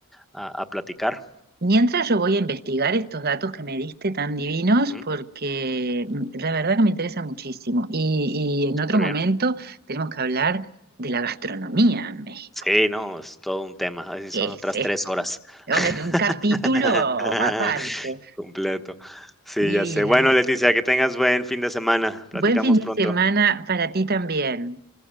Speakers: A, in the centre; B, on the right.
A: a, a platicar.
B: mientras yo voy a investigar estos datos que me diste tan divinos,
A: Ujú,
B: porque mm, la verdad que me interesa muchísimo. Y, y en
A: súper
B: otro momento
A: bien.
B: tenemos que hablar de la gastronomía en México.
A: Sí, no, es todo un tema, así
B: ¿Qué
A: son
B: es
A: otras
B: esto?
A: tres horas.
B: Vamos
A: <laughs>
B: a hacer un capítulo aparte.
A: Completo. Sí,
B: Divino.
A: ya sé. Bueno, Leticia, que tengas buen fin de semana.
B: Buen
A: Platicamos
B: fin
A: pronto.
B: de semana para ti también.